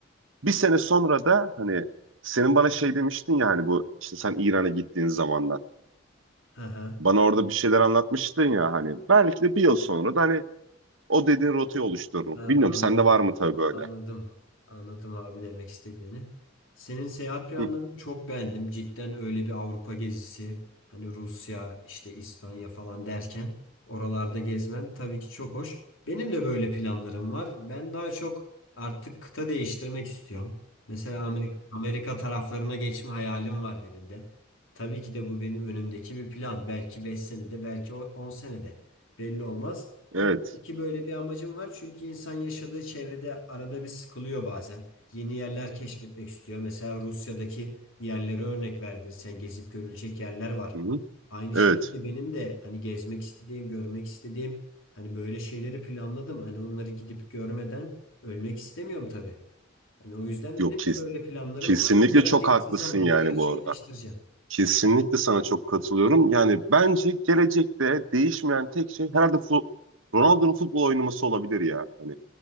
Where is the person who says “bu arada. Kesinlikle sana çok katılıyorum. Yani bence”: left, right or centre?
Right